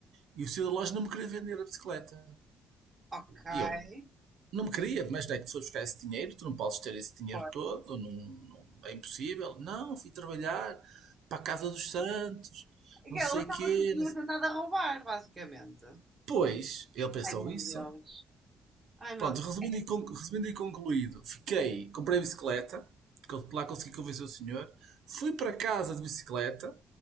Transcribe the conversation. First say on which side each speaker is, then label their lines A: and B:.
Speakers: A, on the right; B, on the right.
A: E o senhor da loja não me queria vender a bicicleta.
B: Ok.
A: E eu, Não me queria, mas daí tu foi buscar esse dinheiro, tu não podes ter esse dinheiro
B: Pô.
A: todo, não, não- é impossível. Não, fui trabalhar para a Casa dos Santos,
B: Ele
A: não sei
B: achava
A: o quê.
B: que tinha
A: não sei-
B: tentado a roubar, basicamente.
A: Pois, ele pensou
B: Ai, meu
A: isso.
B: Deus. Ai, meu
A: Pronto,
B: Deus.
A: resumindo e, con- resumindo e concluído, fiquei, comprei a bicicleta, co- lá consegui convencer o senhor, fui para casa de bicicleta